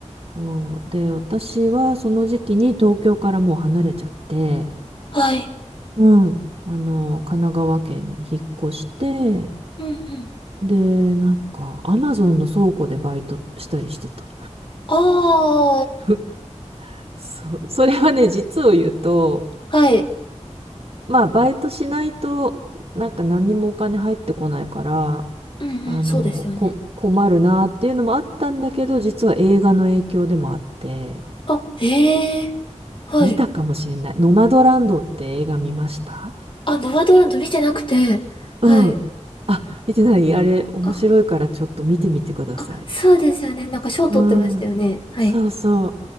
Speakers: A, on the right; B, on the left.
A: そう。で、私はその時期に東京からもう離れちゃって、
B: はい。
A: うん、あの、神奈川県に引っ越して、
B: うんうん。
A: で、なんか、アマゾンの倉庫でバイトしたりしてた。
B: あ
A: <laughs> そう。それはね、実を言うと、
B: あ、はい。
A: まあ、バイトしないと、なんか何にもお金入ってこないから、
B: うんうん、
A: あの、
B: そうですよね。
A: こ、困るなっていうのもあったんだけど、実は映画の影響でもあって、
B: あ、へえ。はい。
A: 見たかもしれない。ノマドランドって映画見ました
B: あ、ノア・ドーランド見てなくて、はい。
A: うん。あ、見てないあれ、面白いからちょっと見てみてください。
B: あ、あ、そうですよね。なんか賞取ってましたよね。
A: うん。
B: はい。
A: そうそ